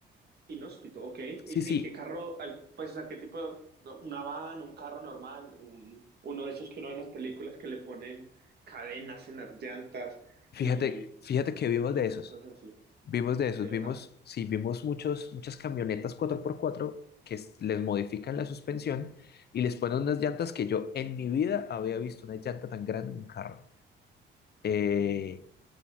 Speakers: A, on the right (about 55°); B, on the left (about 55°).
A: Inhóspito, ok. ¿Y,
B: Sí, sí,
A: y qué carro, al- pues, o sea, qué tipo, no, una van, un carro normal, un, uno de esos que uno ve en las películas que le ponen cadenas en las llantas
B: fíjate,
A: y,
B: fíjate que vivimos
A: y
B: de
A: cosas
B: esos.
A: así,
B: Vimos de esos,
A: ¿de verdad?
B: vimos, sí, vimos muchos, muchas camionetas cuatro por cuatro que s- les modifican la suspensión y les ponen unas llantas que yo en mi vida había visto una llanta tan grande en un carro. Eh,